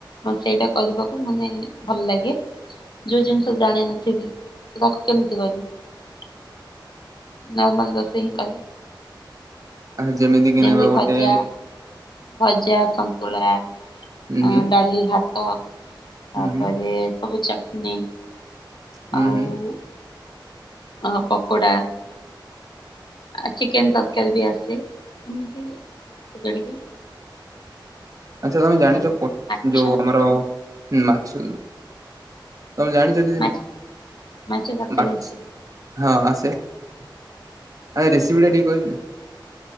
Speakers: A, on the left; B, on the right.
A: ମ ସେଇଟା କରିବାକୁ ମାନେ ଭଲ ଲାଗେ। ଯୋଉ ଜିନିଷ ଜାଣିନଥିବି ତ ତାକୁ କେମିତି କରିବି? ନର୍ମାଲ ରୋଷେଇଁ କରେ।
B: ଆହ ଯେମିତି କି
A: ଯେମତି
B: ନେବା ଗୋଟେ
A: ଭଜା ଭଜା, ସନ୍ତୁଳା।
B: ହୁଁ
A: ଆ
B: ହୁଁ
A: ଡାଲି ଭାତ ତାପରେ
B: ହୁଁ ହୁଁ
A: ସବୁ ଚଟନୀ। ଆଉ।
B: ହୁଁ ହୁଁ
A: ଅଁ ପକୋଡ଼ା। ଆ ଚିକେନ୍ ତରକାରୀ ବି ଆସେ ଏମିତି ଟିକେ ଟିକେ।
B: ଆଚ୍ଛା ତମେ ଜାଣିଛ
A: ଆଉ
B: ପୋ
A: ମାଛ
B: ଯୋଉ ଆମର ମାଛ ତମେ ଜାଣିଛ <unintelligible>
A: ମାଛ ମାଛ ତରକାରୀ
B: ମାଛ୍
A: ଆସେ।
B: ହଁ ଆସେ ଆ ରେସିପି ଟା ଟିକେ କହିବେ?